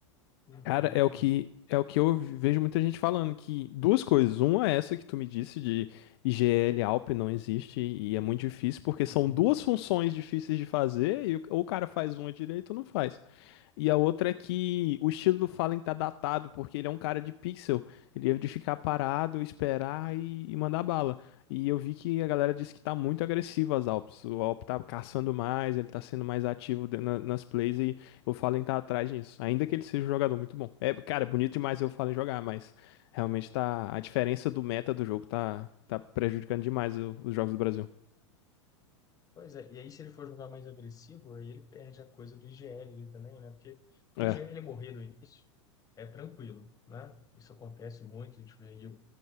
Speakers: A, on the left; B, on the left.
A: Então,
B: Cara, é o que é o que eu vejo muita gente falando que duas coisas. Uma é essa que tu me disse de IGL Alp não existe e é muito difícil porque são
A: uhum.
B: duas funções difíceis de fazer e o, ou o cara faz uma direito ou não faz. E a outra é que o estilo do Fallen tá datado, porque ele é um cara de pixel. Ele é de ficar parado, esperar e, e mandar bala. E eu vi que a galera disse que tá muito agressivo as Alps. O Alp tá caçando mais, ele tá sendo mais ativo de- na- nas plays e o Fallen tá atrás disso. Ainda que ele seja um jogador muito bom. É, cara, é bonito demais ver o Fallen jogar, mas realmente tá. A diferença do meta do jogo tá, tá prejudicando demais o- os jogos do Brasil.
A: pois é. E aí, se ele for jogar mais agressivo, aí ele perde a coisa do IGL ali também, né? Porque o
B: É,
A: IGL morrer no início é tranquilo, né? Isso acontece muito, a gente vê aí